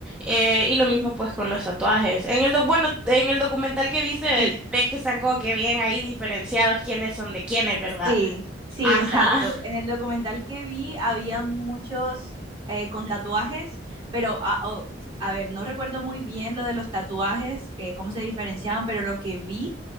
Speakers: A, in the centre; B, on the right.
A: Eh, y lo mismo pues con los tatuajes. En el doc- bueno, en el documental que viste,
B: Sí,
A: ves que están como que bien ahí diferenciados quiénes son de quiénes, ¿verdad?
B: sí, sí,
A: Ajá,
B: exacto. En el documental que vi había muchos eh, con tatuajes, pero a, o- a ver, no recuerdo muy bien lo de los tatuajes, eh, cómo se diferenciaban, pero lo que vi